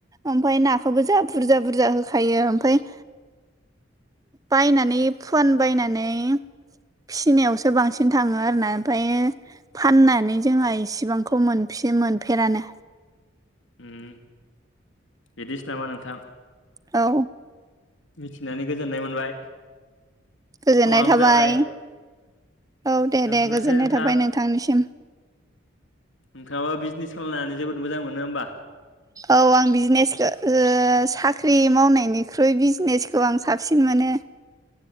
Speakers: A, on the right (about 20°); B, on the left (about 75°).
A: ओमफाय नाखौबो जा बुरजा बुरजा होखायो। ओमफाय बायनानै फुवान बायनानै फिसिनायावसो बांसिन थाङो आरोना। ओमफ्रायायो फाननानै जोंहा इसिबांखौ मोनफि मोनफेरानो
B: ओम बिदिसो नामा नोंथां
A: औ
B: मिथिनानै गोजोननाय मोनबाय
A: गोजोननाय
B: समाबो
A: थाबाय
B: जाबाय
A: औ दे
B: दोनथ'नोसै
A: दे गोजोननाय
B: नोंथां
A: थाबाय नोंथांनिसिम।
B: नोंथाङाबा बिजनेस खालामायनानै जोबोद मोजां मोनो होमबा?
A: औ आं बिजनेसखौ साख्रि मावनायनिख्रुइ बिजनेसखौ आं साबसिन मोनो।